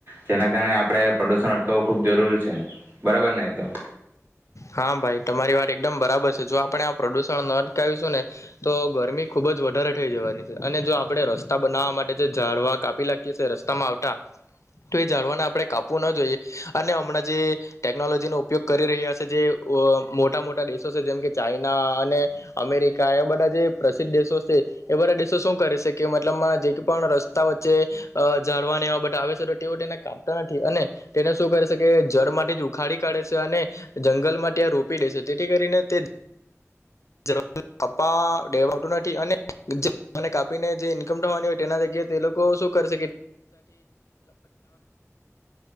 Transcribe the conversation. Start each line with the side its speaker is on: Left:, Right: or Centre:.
Right: જેના કારણે આપણે પ્રદુષણ અટકાવવું ખૂબ જરૂર છે બરાબર ને એ તો?
Left: હા ભાઈ તમારી વાત એકદમ બરાબર છે જો આપણે આ પ્રદુષણ ન અટકાવીશું ને તો ગરમી ખુબ જ વધારે થઈ જવાની છે અને જો આપણે રસ્તા બનાવવા માટે જે ઝડવા કાપી લાકિયે છીએ રસ્તામાં આવતા તો એ ઝડવાને આપણે કાપવું ના જોઈએ, અને હમણાં જે ટેકનોલોજીનો ઉપયોગ કરી રહ્યા જે મોટા મોટા દેશો છે જેમ કે ચાઈના અને અમેરિકા એવા બધા જે પ્રસિદ્ધ દેશો છે એ બધા દેશો શું કરે છે કે મતલબમાં જે પણ રસ્તા વચ્ચે જાળવાને બધા આવે છે તો તેઓ તેને કાપતા નથી અને તેને શું કરે છે કે જળ માંથી જ ઉખાડી કાઢે છે અને જંગલમાં ત્યાં રોપી દે છે તેથી કરીને તે <unintelligible> નથી અનેને કાપીને જે ઈન્કમ થવાની હોય તેના જગ્યાએ તે લોકો શું કરશે